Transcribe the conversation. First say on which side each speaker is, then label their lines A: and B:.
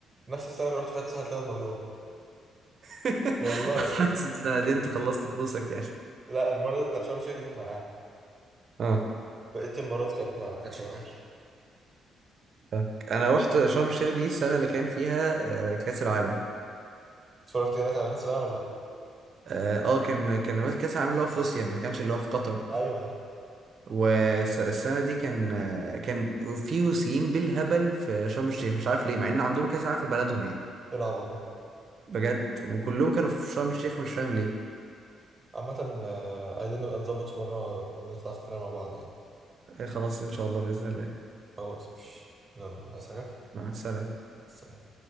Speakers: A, on the right; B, on the right.
A: نفس السنه اللي رحت فيها الساحل ثلاث مرات
B: <laughs>
A: والله بس
B: حاسس
A: كانت
B: السنة دي
A: كان...
B: انت خلصت فلوسك يعني
A: لا المره بتاعت شرم الشيخ دي كانت مع اهلي
B: اه
A: بقيه المرات كانت مع كانتش مع اهلي
B: فاهمك. انا رحت شرم الشيخ دي السنة اللي كان فيها آه، كأس العالم
A: اتفرجت هناك على كاس العالم ولا لا
B: اه آه، كان كان كأس العالم اللي هو في روسيا ما كانش اللي هو في قطر
A: ايوه ايه
B: والسنة دي كان آه، كان في روسيين بالهبل في شرم الشيخ مش عارف ليه مع ان عندهم كأس العالم في بلدهم يعني
A: العبط ده
B: بجد وكلهم كانوا في شرم الشيخ مش فاهم ليه
A: عامه آه، عايزين نبقى نظبط في مره ونطلع سفريه مع بعض يعني
B: خلاص ان شاء الله باذن الله
A: خلاص مش يلا عايز حاجه
B: مع السلامه
A: سلام